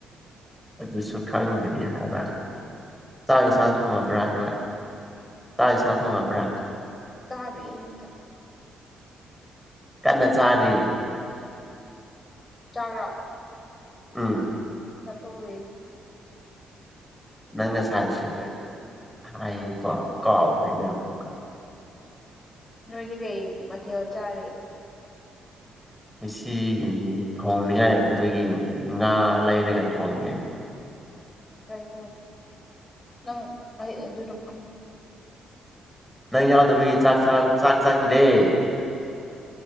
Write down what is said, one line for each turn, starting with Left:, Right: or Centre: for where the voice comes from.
Centre: ꯑꯗꯨꯁꯨ ꯈꯪꯗꯔꯤ ꯍꯥꯏꯕ ꯆꯥꯛ ꯑꯦꯟꯁꯥꯡ ꯊꯣꯡꯉꯕ꯭ꯔꯥ
Left: ꯍꯥ
Centre: ꯅꯣꯏ ꯆꯥꯛ ꯑꯦꯟꯁꯥꯡ ꯊꯣꯡꯉꯕ꯭ꯔꯥ
Left: ꯇꯥꯔꯨꯏ ꯏ ꯑꯝꯇ
Centre: ꯀꯟꯅ ꯆꯥꯔꯤ
Left: ꯆꯥꯛꯔꯥ
Centre: ꯎꯝ
Left: <unintelligible>
Centre: ꯅꯪ ꯉꯁꯥꯏ <unintelligible> ꯍꯥꯏꯌꯦꯀꯣ ꯀꯥꯎꯈ꯭ꯔꯦꯅꯦ ꯑꯃꯨꯛꯀ
Left: ꯅꯣꯏꯗꯤ ꯀꯩ ꯃꯊꯦꯜ ꯆꯥꯔꯤ
Centre: ꯉꯁꯤ ꯎꯝ ꯊꯣꯡꯅꯤꯉꯥꯏ ꯂꯩꯇꯕꯒꯤ ꯉꯥ ꯂꯩꯔꯒ ꯊꯣꯡꯉꯦ
Left: ꯐꯔꯦ ꯐꯔꯦ ꯅꯪ ꯑꯩ ꯑꯗꯨꯗ ꯐꯪꯅꯤꯡ
Centre: ꯅꯪ ꯌꯥꯎꯗꯕꯒꯤ ꯆꯥꯛ ꯆꯥ ꯆꯥꯛ ꯆꯪꯗꯦ